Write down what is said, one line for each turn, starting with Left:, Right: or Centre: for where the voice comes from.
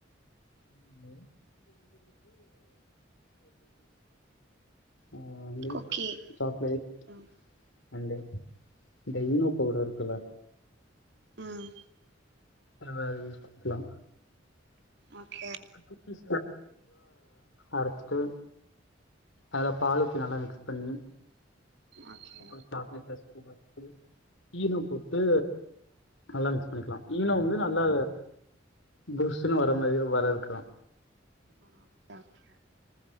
Left: <unintelligible> ஆஹ் மில்க்
Right: குக்கி
Left: சாக்லேட்
Right: ம்
Left: அண்டு அந்த ஈனோ பவுடர் ல்ல
Right: ம்
Left: அதது பக்லா
Right: ஓகே
Left: <unintelligible> அரச்சிட்டு அத பால் ஊத்தி நல்லா மிக்ஸ் பண்ணி
Right: ஓகே
Left: <unintelligible> ஈனோ போட்டு நல்லா மிக்ஸ் பண்ணிக்கலா ஈனோ வந்து நல்லா புஸ்ஸுன்னு வர மாரி வர இருக்கலா
Right: ஆஹ் ஓகே ஓகே